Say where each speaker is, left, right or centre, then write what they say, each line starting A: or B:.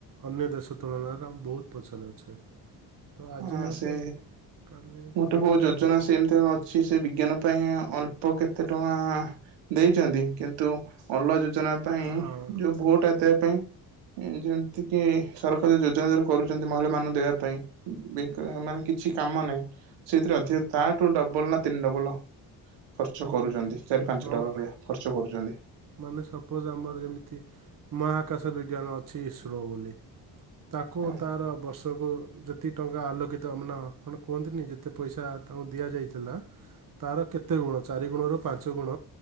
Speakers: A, on the right (about 50°); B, on the right (about 85°).
A: ଅନ୍ୟ ଦେଶ ତୁଳନାରେ ଆମ ବହୁତ ପଛରେ ଅଛେ। ତ ଆଜି
B: ଆ
A: ନହେଲେ
B: ସେ
A: କାଲି
B: ଗୋଟେ
A: ଦେଖାଯାଉ
B: କୋଉ ଯୋଜନା ସେ ଏମିତି ଅଛି ସେ ବିଜ୍ଞାନ ଅଳ୍ପ କେତେ ଟଙ୍କା ଦେଇଛନ୍ତି କିନ୍ତୁ ଅଲ ଯ ଯୋଜ ପାଇଁ
A: ହଁ
B: ଯୋଉ ଭୋଟ ଆଦବା ପାଇଁ। ଯେମିତି କି ସରକାର ଯୋଜନାର କରୁଛନ୍ତି ମହିଳା ମାନଙ୍କୁ ଦେବା ପାଇଁ ବି ମାନେ କିଛି କାମ ନାହିଁ ସେଇଥିରେ ଅଧିକ ତାଠୁ ଡବଲ ନା ତିନି ଡବଲ। ଖର୍ଚ୍ଚ କରୁଛନ୍ତି
A: ମାନେ
B: ଚାରି
A: ହଁ
B: ପାଞ୍ଚ ଡବଲ ଭଳିଆ ଖର୍ଚ୍ଚ କରୁଛନ୍ତି
A: ମାନେ ସପୋଜ ଆମର ଯେମିତି ମହାକାଶ ବିଜ୍ଞାନ ଅଛି ଇସ୍ରୋ ବୋଲି। ତାକୁ
B: ହଁ
A: ତାର ବର୍ଷକୁ ଯେ ଦି ଟଙ୍କା ଆଲୋକିତ ଅମନା କଣ କୁହନ୍ତିନି ଯେତେ ପଇସା ତାଙ୍କୁ ଦିଆଯାଇଥିଲା। ତାର କେତେ ଗୁଣ ଚାରିଗୁଣରୁ ପାଞ୍ଚ ଗୁଣ